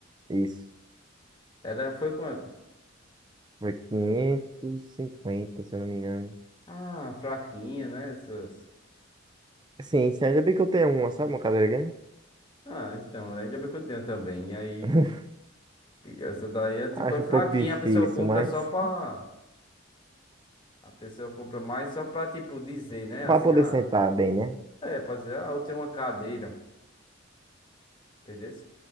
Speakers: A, on the right (about 25°); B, on the left (about 25°).
A: Isso.
B: Ela foi quanto?
A: Foi 550, se eu não me engano.
B: Ah, fraquinha, né? Essas.
A: Sim, sim, ainda bem que eu tenho uma, sabe? Uma cadeira game.
B: Ah, então, ainda bem que eu tenho também. E aí,
A: <laughs>
B: essa daí é tipo,
A: Acho
B: é fraquinha.
A: um pouco difícil,
B: A pessoa compra
A: mas
B: só pra. A pessoa compra mais só pra, tipo, dizer, né?
A: para
B: Assim,
A: poder
B: ah,
A: sentar bem, né?
B: é, pra dizer, ah, eu tenho uma cadeira. Entendeu?